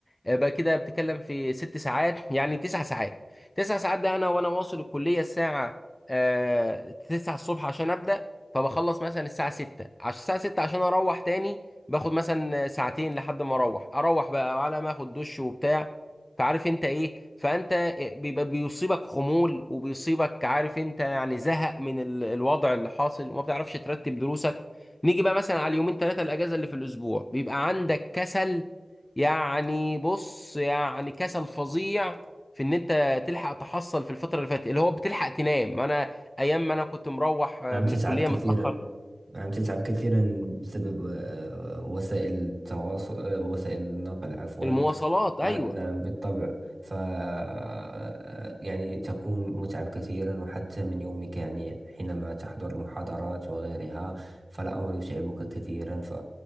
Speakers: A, on the left; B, on the right.
A: يبقى كده بتتكلم في ست ساعات يعني تسع ساعات تسع ساعات ده انا وانا واصل الكليه الساعه آه، تسعة الصبح عشان ابدا فبخلص مثلا الساعه ستة عشان الساعه ستة عشان اروح تاني باخد مثلا ساعتين لحد ما اروح اروح بقى على ما اخد دش وبتاع فعارف انت ايه فانت بيبقى بيصيبك خمول وبيصيبك عارف انت يعني زهق من ال- الوضع اللي حاصل وما بتعرفش ترتب دروسك نيجي بقى مثلا على اليومين ثلاثه الاجازه اللي في الاسبوع بيبقى عندك كسل يعني بص يعني كسل فظيع في ان انت تلحق تحصل في الفتره اللي فاتت اللي هو بتلحق تنام انا ايام ما انا كنت مروح آه،
B: نعم
A: من
B: تتعب
A: الكليه
B: كثيرا
A: متاخر
B: نعم تتعب كثيرا بسبب آه، وسائل التواصل آه، وسائل النقل عفوا
A: المواصلات ايوه
B: آه نعم بالطبع ف آه، يعني تكون متعب كثيرا وحتى من يومك يعني حينما تحضر المحاضرات وغيرها فالأمر يتعبك كثيرا ف-